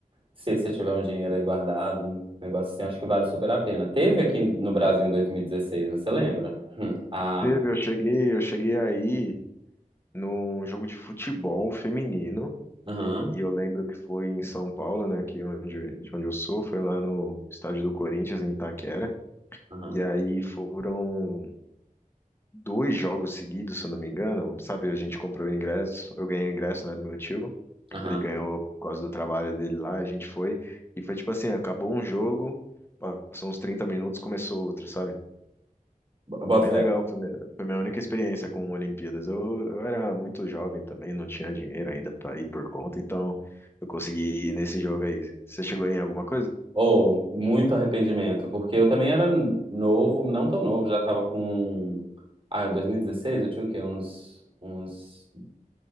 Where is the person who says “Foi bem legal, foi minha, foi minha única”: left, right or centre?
Left